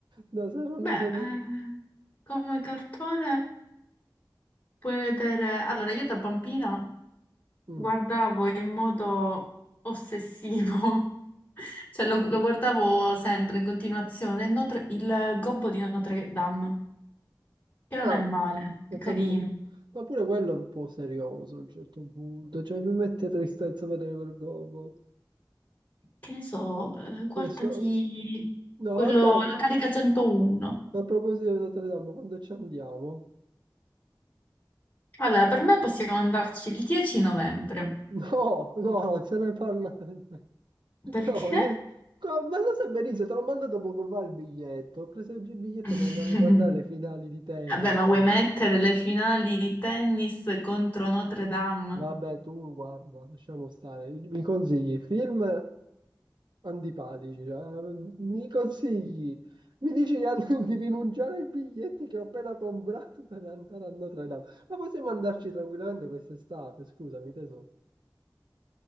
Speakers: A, on the right; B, on the left.
A: No, se non
B: Beh,
A: mi... Se mi...
B: eh, come cartone... Puoi vedere, allora io da bambina
A: Mm.
B: guardavo in modo ossessivo, <laughs> cioè lo, lo guardavo sempre in continuazione, il, Notre- il Gobbo di Notre Dame, che non
A: Ah,
B: è male, è
A: ho
B: carino.
A: capito. Ma pure quello è un po' serioso a un certo punto, cioè mi mette tristezza vedere quel gobbo.
B: Che ne so, eh, guardati
A: Adesso- No,
B: quello,
A: vabbè,
B: la carica 101.
A: a proposito di Notre Dame, quando ci andiamo?
B: Allora, per me possiamo andarci il 10 novembre,
A: No, no, non se ne parla. <laughs>
B: perché?
A: No, io... co- Ma lo sai benissimo, te l'ho mandato poco fa il biglietto. Ho preso oggi il biglietto
B: <laughs>
A: per andare a guardare le finali di tennis.
B: Vabbè, ma vuoi mettere le finali di tennis contro Notre Dame?
A: Vabbè, tu guarda, lasciamo stare. Mi consigli film antipatici, cioè, mi consigli, mi dici di an- <laughs> di rinunciare ai biglietti che ho appena comprato per andare a Notre Dame. Ma possiamo andarci tranquillamente quest'estate, scusami, teso.